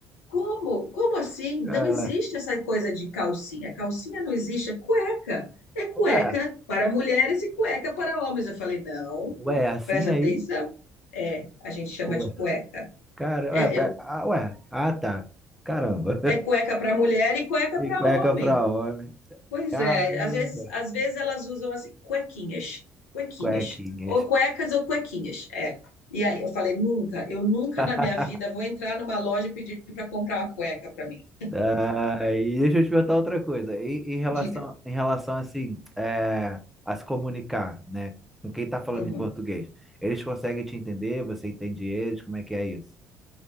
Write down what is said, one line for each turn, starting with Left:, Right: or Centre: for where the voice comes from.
Left: como? Como assim?
Centre: <laughs>
Left: Não existe essa coisa de calcinha. Calcinha não existe, é cueca. É cueca
Centre: Ué,
Left: para mulheres e cueca para homens. Eu falei: não,
Centre: ué, assim
Left: presta
Centre: aí?
Left: atenção. É, a gente chama
Centre: Ué,
Left: de cueca.
Centre: cara,
Left: É,
Centre: ué, ué,
Left: eu-
Centre: ah, ué, ah, tá. Caramba.
Left: é cueca para mulher e cueca
Centre: E
Left: para
Centre: cueca
Left: homem.
Centre: pra homem.
Left: Pois
Centre: Caramba,
Left: é, às vezes, às vezes elas usam assim, cuequinhas, cuequinhas,
Centre: cuequinhas.
Left: ou cuecas ou cuequinhas, é. E aí eu falei, nunca, eu nunca
Centre: <laughs>
Left: na minha vida vou entrar numa loja e pedir para comprar uma cueca para mim.
Centre: Ah, e deixa eu te perguntar outra coisa. Em, em relação,
Left: Diga.
Centre: em relação assim, é, a se comunicar, né? Com quem tá falando
Left: Uhum.
Centre: em português. Eles conseguem te entender? Você entende eles? Como é que é isso?